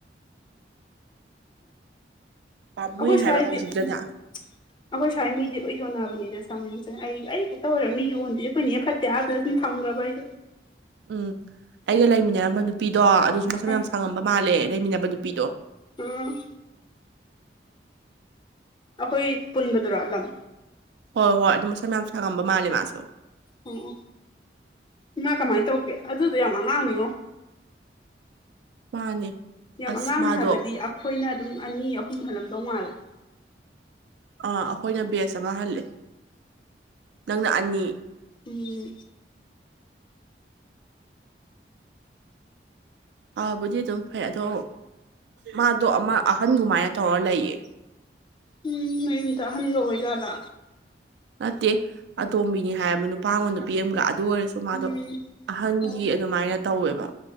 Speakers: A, on the right; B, on the left.
A: ꯄꯥꯝꯃꯨꯏ
B: ꯑꯣꯈꯣꯏ ꯁꯋꯥꯥꯏꯗꯤ
A: ꯍꯥꯏꯕ ꯍꯧꯖꯤꯛꯇꯗ
B: ꯑꯩꯈꯣꯏ ꯁ꯭ꯋꯥꯏ ꯃꯤꯗꯤ ꯂꯣꯏ ꯌꯣꯟꯅꯕꯅꯤꯗ ꯁꯝꯁꯦ ꯑꯩ ꯑꯩ ꯈꯛꯇ ꯑꯣꯏꯔꯕꯅꯤ ꯌꯣꯟꯁꯤꯁꯦ ꯑꯩꯈꯣꯏꯅ ꯍ ꯐꯠꯇꯦ ꯍꯥꯏꯥ ꯑꯗꯨꯗ ꯁꯨꯝ ꯊꯝꯈ꯭ꯔꯕ ꯑꯩꯗꯣ
A: ꯎꯝ ꯑꯩꯒ ꯂꯩꯃꯤꯟꯅꯔꯝꯕ ꯅꯨꯄꯤꯗꯣ ꯑꯗꯨꯁꯨ ꯃꯁꯝ
B: ꯑ
A: ꯌꯥꯝ ꯁꯪꯉꯝꯕ ꯃꯥꯜꯂꯦ ꯂꯩꯃꯤꯟꯅꯕ ꯅꯨꯄꯤꯗꯣ
B: ꯎꯝ ꯑꯩꯈꯣꯏ ꯄꯨꯟꯕꯗꯨꯔꯥꯂꯝ
A: ꯍꯣꯏ ꯍꯣꯏ ꯑꯗꯨ ꯃꯁ ꯃꯌꯥꯝꯁꯒꯝꯕ ꯃꯥꯂꯦ ꯃꯥꯁꯨꯣ
B: ꯑꯣ ꯏꯃꯥ ꯀꯃꯥꯏꯅ ꯇꯧꯒꯦ ꯑꯗꯨꯗꯣ ꯌꯥꯝ ꯑꯉꯥꯡꯅꯤꯉꯣ
A: ꯃꯥꯅꯦ
B: ꯌꯥꯝ
A: ꯑꯁ
B: ꯑꯉꯥꯡꯅꯦ
A: ꯃꯥꯗꯣ
B: ꯍꯥꯏꯕꯗꯤ ꯑꯩꯈꯣꯏꯅ ꯑꯗꯨꯝ ꯑꯅꯤ ꯑꯍꯨꯝ ꯍꯜꯂꯝꯗꯧ ꯃꯥꯜꯂꯦ
A: ꯑꯥ ꯑꯩꯈꯣꯏꯅ ꯕꯦꯖ ꯑꯃ ꯍꯜꯂꯦ ꯅꯪꯅ ꯑꯅꯤ
B: ꯎꯝ
A: ꯑꯥꯎꯕꯨꯗꯤ ꯑꯗꯨꯝ ꯐꯩ ꯑꯗꯣ ꯃꯥꯗꯣ ꯑꯃ ꯑꯍꯟꯒꯨꯝꯃꯥꯏꯅ ꯇꯧꯔ ꯂꯩꯌꯦ
B: ꯎꯝ ꯃꯌꯨꯝꯗ ꯑꯍꯟꯒ ꯑꯣꯏꯖꯥꯠꯂꯥ
A: ꯅꯠꯇꯦ ꯑꯇꯣꯝꯕꯤꯅꯤ ꯍꯥꯏꯔꯕ ꯅꯨꯄꯥꯉꯣꯟ ꯅꯨꯄꯤ ꯑꯃꯒ ꯑꯗꯨ ꯑꯣꯏꯔꯁꯨ ꯃꯥꯗꯣ
B: ꯎꯝ
A: ꯑꯍꯟꯒꯤ
B: ꯑꯣ
A: ꯑꯗꯨꯃꯥꯏꯅ ꯇꯧꯋꯦꯕ